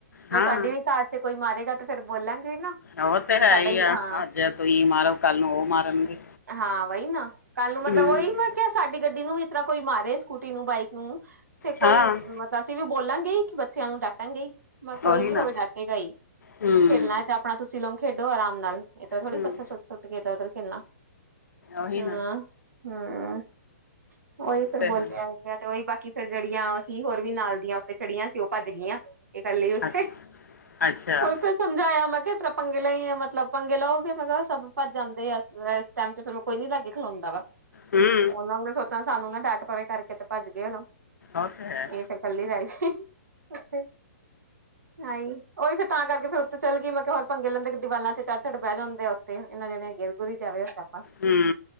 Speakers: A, on the right; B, on the left.
A: ਮ
B: ਹਾਂ
A: ਸਾਡੀ ਵੀ ਘ ਤੇ ਕੋਈ ਮਾਰੇਗਾ। ਤੇ ਫੇਰ ਬੋਲਾਂਗੇ ਨਾ
B: ਉਹ ਤੇ ਹੈ
A: ਸਾਡਾ
B: ਈ
A: ਹੀ
B: ਆ
A: ਹਾਂ
B: ਅੱਜ ਤੁਸੀਂ ਮਾਰੋ ਕੱਲ ਨੂੰ ਓ ਮਾਰਨਗੇ
A: ਹਾਂ, ਵਹੀ ਨਾ ਕੱਲ ਨੂੰ ਮਤਲਬ
B: ਹੂੰ
A: ਉਹੀ ਮੈਂ ਕਿਆ ਸਾਡੀ ਗੱਡੀ ਨੂੰ ਵੀ ਇਸ ਤਰ੍ਹਾਂ ਕੋਈ ਮਾਰੇ ਸਕੂਟੀ ਨੂੰ ਬਾਈਕ ਨੂੰ ਤੇ
B: ਹਾਂ
A: ਕੋਈ ਮਤਲਬ ਤਾਂ ਅਸੀਂ ਵੀ ਬੋਲਾਂਗੇ ਕਿ ਬੱਚਿਆਂ ਨੂੰ ਡਾਂਟਾਗੇਈ ਮੈਂ ਕੋਈ
B: ਉਹੀ
A: ਵੀ ਹੋਵੇ
B: ਨਾ
A: ਡਾਟੇਗਾ ਹੀ
B: ਹੂੰ
A: ਮੈਂ ਖੇਡਣਾ ਤਾਂ ਆਪਣਾ ਤੁਸੀਂ ਲੋੋਂ ਖੇਡੋ ਆਰਾਮ ਨਾਲ ਇਦਾਂ ਥੋੜੀ
B: ਹੂੰ
A: ਪੱਥਰ ਸੁਟ, ਸੁਟ ਕੇ ਇਧਰ -ਉਧਰ ਖੇਲਣਾ
B: ਉਹੀ
A: ਹੂੰ
B: ਨਾ
A: ਹੂੰ ਉਹੀ
B: ਉਹ
A: ਫਿਰ
B: ਤੇ
A: ਬੋਲਿਆ
B: ਹੈ
A: ਤੇ ਉਈ ਬਾਕੀ ਫਿਰ ਜਿਹੜੀਆਂ ਅਸੀ ਹੋਰ ਵੀ ਨਾਲ ਦੀਆਂ ਉੱਥੇ ਚੜੀਆਂ ਸੀ। ਉਹ ਭੱਜ ਗਈਆਂ। ਇਹ ਕਲੀ ਉਥੇ
B: ਅੱਛਾ ਅੱਛਾ
A: ਉਈ ਫਿਰ ਸਮਝਾਇਆ ਮੈਂ ਕਿਹਾ ਤਰ੍ਹਾਂ ਪੰਗੇ ਲ ਮਤਲਬ ਪੰੰਗੇ ਲਓਗੇ। ਮੈਂ ਕਿਹਾ-ਸਭ ਭੱਜ ਜਾਂਦੇ ਆ ਏਸ ਟਾਈਮ ਤੇ ਫਿਰ ਮੈਂ ਕੋਈ ਨੀ ਲਾਗੇ ਖਲਉਂਦਾ ਵਾ
B: ਹੂੰ
A: ਉਹਨਾਂ ਨੂੰ ਸੋਚਾ ਸਾਨੂੰ ਨਾ ਡੱਟ ਪਵੇ ਕਰਕੇ ਤੇ ਭੱਜ ਗਏ ਆ ਨਾ
B: ਉਹ ਤੇ ਹੈ
A: ਏ ਫੇਰ ਕੱਲੀ ਦਾਈ ਸੀ ਉਥੇ ਨਾ ਹੀ ਉਈ ਫਿਰ ਤਾਂ ਕਰਕੇ਼ ਫਿਰ ਉਤੇ ਚੱਲ ਗਈ‌। ਮੈਂ ਕਿਹਾ-ਹੋਰ ਪੰੰਗੇ ਲਿੰਦੇ ਦੀਵਾਲਾਂ ਤੇ ਚੜ, ਚੜ ਬਹਿ ਜਾਂਦੇ ਆ ਤੇ ਇਨੇ ਜਣੇ ਗਿਰ- ਗੁੂਰ‌ਈ ਜਾਵੇ ਸਿਆਪਾ
B: ਹੂੰ